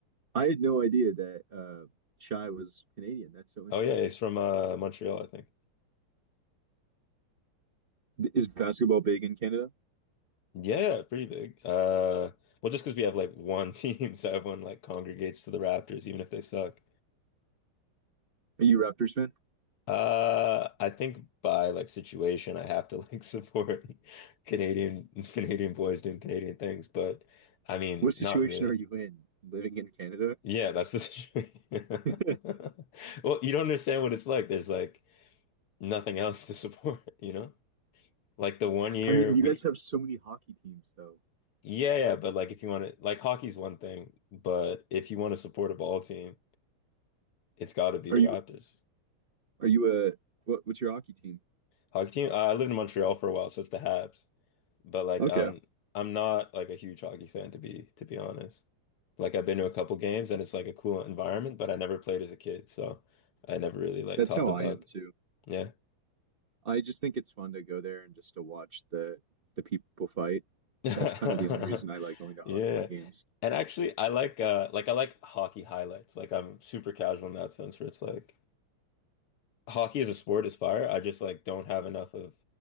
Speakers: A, on the right; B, on the left.
A: I had no idea that uh, Shy was Canadian. That's so interesting.
B: oh yeah, he's from uh, Montreal, I think.
A: Th- Is basketball big in Canada?
B: Yeah, pretty big. Uh, well, just because we have like one <laughs> team, so everyone like congregates to the Raptors, even if they suck.
A: Are you a Raptors fan?
B: Uh, I think by like situation, I have to like <laughs> support Canadian Canadian boys doing Canadian things, but I mean,
A: What situation
B: not really.
A: are you in living in Canada?
B: Yeah, that's the situation. <laughs>
A: <laughs>
B: Well, you don't understand what it's like. There's like nothing else to support, <laughs> you know? Like the one year
A: I mean, you
B: we,
A: guys have so many hockey teams, though.
B: yeah, yeah, but like if you want to, like hockey's one thing, but if you want to support a ball team, it's got to be
A: Are
B: the
A: you
B: Raptors.
A: are you a what, what's your hockey team?
B: Hockey team, I lived in Montreal for a while, so it's the Habs. But like
A: Okay,
B: I'm I'm not like a huge hockey fan to be to be honest. Like I've been to a couple games and it's like a cool environment, but I never played as a kid, so I never really like
A: that's
B: caught
A: how
B: the
A: I
B: bug.
A: am too.
B: Yeah.
A: I just think it's fun to go there and just to watch the the people fight.
B: <laughs>
A: That's kind of the only reason I like going to
B: Yeah.
A: hockey games.
B: And actually I like uh like I like hockey highlights. Like I'm super casual in that sense where it's like hockey as a sport is fire. I just like don't have enough of